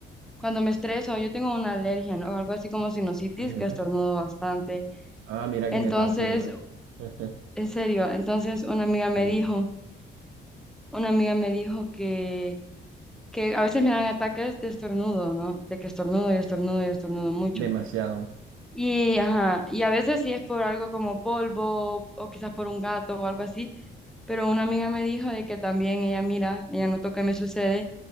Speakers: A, in the centre; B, on the right.
A: cuando me estreso, yo tengo una alergia, ¿no? Algo así como sinusitis
B: Ujú.
A: que estornudo bastante.
B: Ah, mira
A: Entonces,
B: que me pasa igual. <laughs>
A: en serio, entonces una amiga me
B: Sí,
A: dijo, una amiga me dijo que, que a veces me dan ataques de estornudo, ¿no? De que estornudo y estornudo y estornudo mucho.
B: demasiado.
A: Y, ajá, y a veces sí es por algo como polvo o quizás por un gato o algo así Pero una amiga me dijo de que también ella mira, ella notó que me sucede